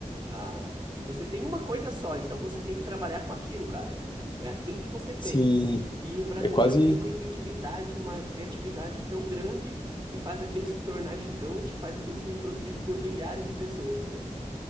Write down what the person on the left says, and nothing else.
Sim,
é quase